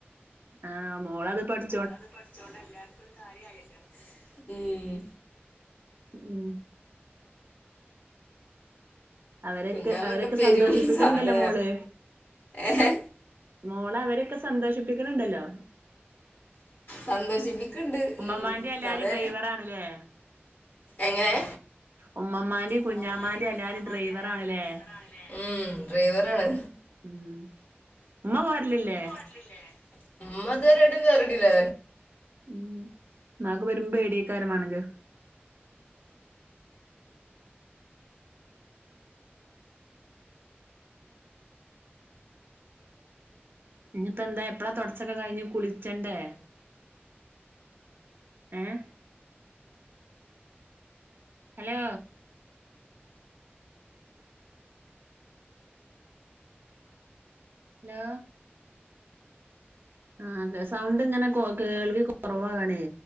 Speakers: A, on the right; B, on the left.
A: ആഹ് മോളത് പഠി
B: മോളത് പഠിച്ചോണ്ട് എല്ലാർക്കും ഒരു കാര്യയല്ലോ ഉം
A: ഉം അവരെക്ക്
B: കുഞ്ഞാമൊക്കെ
A: അവരെക്കെ
B: പെരും
A: സന്തോഷിപ്പിക്കണണ്ടല്ലോ
B: സാധന
A: മോള്
B: ഏഹ്
A: മോളെ അവരെക്കെ സന്തോഷിപ്പിക്കണണ്ടല്ലോ
B: സന്തോഷിപ്പിക്കണ്ട്
A: ഉമ്മമാന്റെ
B: ഉം
A: എല്ലാരും
B: അതെ
A: ഡ്രൈവറാണ്ല്ലേ
B: എങ്ങനെ
A: ഉമ്മമാന്റിം
B: ഉമ്മമ്മാന്റെ
A: കുഞ്ഞാമാന്റിം
B: കുഞ്ഞാമാന്റെ
A: എല്ലാരും ഡ്രൈവറാണ്ല്ലേ
B: എല്ലാരേം ഡ്രൈവറാണ ല്ലേ ഉം ഡ്രൈവറാണ്
A: ഉം ഉമ്മ വരലില്ലേ
B: വരലില്ലേ ഉമ്മ ഇതുവരെയായിട്ടും കേറീട്ടില്ല ബാ
A: ഉം മ്മാക്ക് വരുമ്പോ പേടിയക്കാരമാണെങ്കി ഇഞ്ഞിപ്പോ എന്താ എപ്പഴാ തൊടച്ചൊക്കെ കഴിഞ്ഞ് കുളിച്ചണ്ടേ ഏഹ് ഹലോ ഹലോ ആഹ് സൗണ്ട് ഇങ്ങനെ കൊ കേൾവി കൊറവാണേ